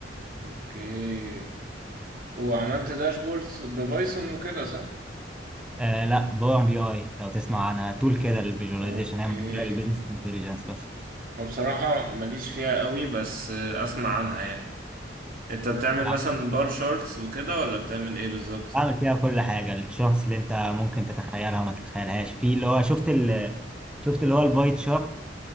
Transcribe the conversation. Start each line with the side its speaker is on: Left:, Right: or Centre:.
Right: اوكي وعملت داشبوردز ببايثون وكده صح؟
Centre: آه لا باور بي اي لو تسمع عنها تول كده للفيجواليزيشن
Right: اوكي
Centre: هي معمولة للبيزنس انتليجنس بس
Right: وبصراحة ماليش فيها قوي بس آه، اسمع عنها يعني انت بتعمل
Centre: يعني
Right: مثلا بار شارتس وكده ولا بتعمل ايه بالظبط
Centre: بعمل فيها كل حاجة الشارتس اللي انت ممكن تتخيلها ما تتخيلهاش في اللي هو شفت ال شفت اللي هو الباي تشارت